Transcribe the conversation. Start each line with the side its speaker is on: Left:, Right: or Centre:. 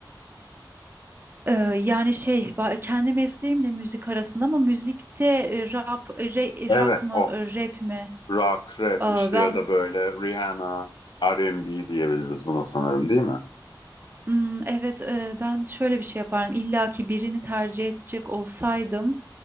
Right: Ee, yani şey ba- kendi mesleğimle müzik arasında ama müzikte e, rap, e, re-
Left: Evet,
Right: rock mı
Left: o.
Right: e, rap mi?
Left: Rock, rap
Right: Aa,
Left: işte
Right: ben
Left: ya da böyle Rihanna, R&B diyebiliriz buna sanırım değil mi?
Right: Hmm, evet, e, ben şöyle bir şey yapardım. İlla ki birini tercih edecek olsaydım,